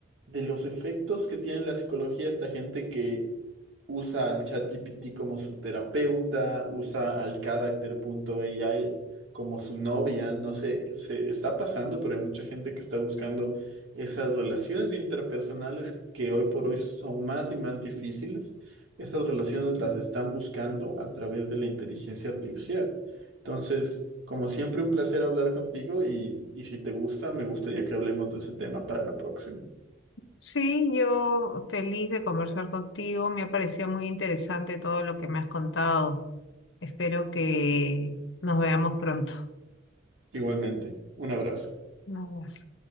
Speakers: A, on the right; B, on the left.
A: de los efectos que tiene en la psicología esta gente que usa al ChatGPT como su terapeuta, usa al Character.ai como su novia. No sé, se está pasando, pero hay mucha gente que está buscando esas relaciones interpersonales que hoy por hoy son más y más difíciles. Esas relaciones las están buscando a través de la inteligencia artificial. Entonces, como siempre, un placer hablar contigo y, y si te gusta, me gustaría que hablemos de ese tema para la próxima.
B: Sí, yo feliz de conversar contigo. Me ha parecido muy interesante todo lo que me has contado. Espero que nos veamos pronto.
A: Igualmente, un abrazo.
B: Un abrazo.